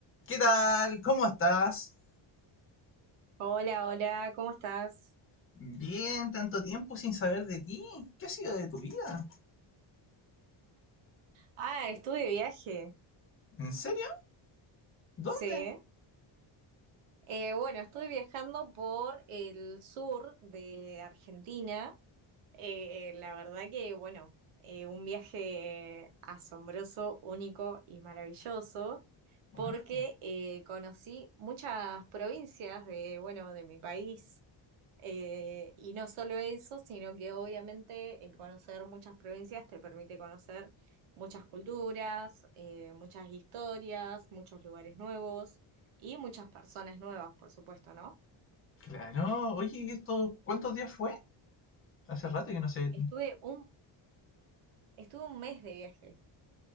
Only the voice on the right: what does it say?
Hola, hola, ¿cómo estás?
Ah, estuve de viaje,
sí.
Eh, bueno, estuve viajando por el sur de Argentina Eh, eh, la verdad que, bueno, eh, un viaje asombroso, único y maravilloso,
porque eh, conocí muchas provincias de, bueno, de mi país. Eh, y no solo eso, sino que obviamente el conocer muchas provincias te permite conocer muchas culturas, eh, muchas historias, muchos lugares nuevos y muchas personas nuevas, por supuesto, ¿no?
Estuve un, estuve un mes de viaje.